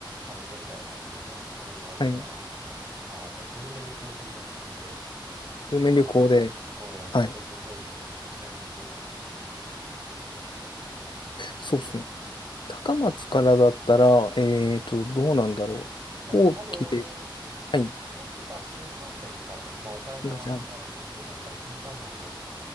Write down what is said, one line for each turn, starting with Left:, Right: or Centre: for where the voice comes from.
Right: 食べてみたいなという思思いもあるから。
Left: はい
Right: ああ、じゃあグルメ旅行的な感じで、こうか。
Left: 久留米旅行で、
Right: うん、
Left: はい。
Right: ちょっと候補に入れときたいなと。
Left: そうですね。高松からだったら、えーと、
Right: うんうん。
Left: どうなんだろう。
Right: まあ多分、
Left: 飛行機で、
Right: いや、
Left: はい。す
Right: 飛行機か新幹線で多分、まあ岡山まで出て、
Left: ん。
Right: そこから新幹線で、